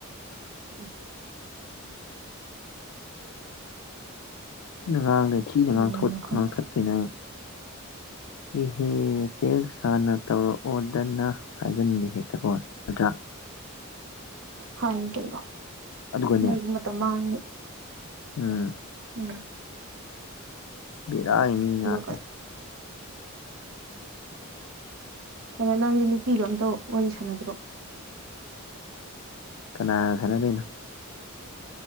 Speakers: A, on the right (about 70°); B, on the left (about 85°).
A: ꯎꯝ
B: ꯊꯤꯅ ꯉꯥꯡꯗꯣꯏ ꯊꯤꯅ
A: ꯀꯔꯤꯅꯣ
B: ꯉꯥꯡꯊ
A: ꯈꯪꯗꯦ
B: ꯉꯥꯡꯊꯠꯇꯣꯏ ꯅꯣ ꯑꯩꯅ ꯏꯍꯦ ꯇꯦꯛ ꯁꯥꯅ ꯇꯧꯔꯛꯑꯣꯗꯅ ꯍꯥꯏꯖꯅꯤꯡꯒꯦ ꯍꯦꯛꯇ ꯀꯣ ꯅꯗ꯭ꯔꯥ
A: ꯍꯥꯏꯅ ꯀꯩꯅꯣ
B: ꯑꯗꯨꯒꯅꯦ
A: ꯅꯣꯏꯒꯤ ꯃꯇꯝ ꯃꯥꯡꯉꯦ
B: ꯎꯝ
A: ꯎ
B: ꯕꯔ ꯃꯤ ꯌꯥꯗꯅ
A: ꯀꯩ ꯀꯩꯅꯣ ꯅꯪꯗꯤ ꯅꯨꯄꯤꯒ ꯑꯝꯇ ꯋꯥꯔꯤ ꯁꯥꯟꯅꯗ꯭ꯔꯣ
B: ꯀꯅꯥ ꯈꯅꯗꯣꯏꯩꯅꯣ